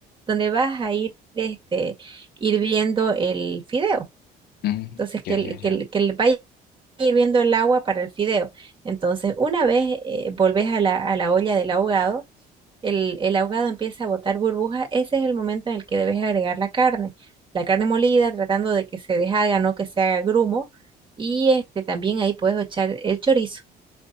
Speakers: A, on the right (about 30°); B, on the left (about 70°).
A: donde vas a ir, este, hirviendo el fideo.
B: Mm,
A: Entonces, que,
B: ya,
A: el-
B: ya, ya.
A: que, el- que el- vaya hirviendo el agua para el fideo. Entonces, una vez eh, volvés a la, a la olla del ahogado, el, el ahogado empieza a botar burbujas. Ese es el momento en el que debes agregar la carne. La carne molida, tratando de que se deshaga, no que se haga grumo. Y este, también ahí puedes echar el chorizo,